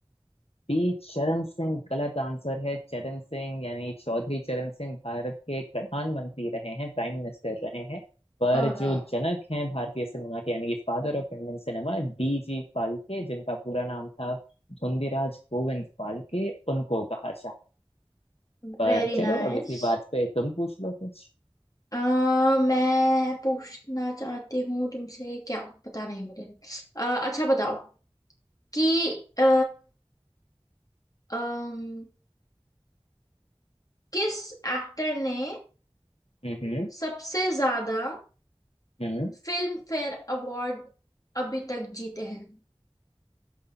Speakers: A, on the left; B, on the left.
A: पी चरण सिंह गलत आंसर है चरण सिंह यानी चौधरी चरण सिंह भारत के प्रधानमंत्री रहे हैं प्राइम मिनिस्टर रहे हैं पर
B: Oh no
A: जो जनक हैं भारतीय सिनेमा के यानी कि father of Indian cinema D G Phalke जिनका पूरा नाम था धुंधीराज गोविंद फाल्के उनको कहा जाता पर
B: Very
A: चलो
B: nice
A: अब इसी बात पे तुम पूछ लो कुछ
B: Uh मैं पूछना चाहती हूँ तुमसे क्या पता नहीं मुझे अ, अच्छा बताओ कि अ, अम, किस एक्टर ने
A: हम्म
B: सबसे ज्यादा
A: हम्म
B: फिल्म फेयर अवार्ड अभी तक जीते हैं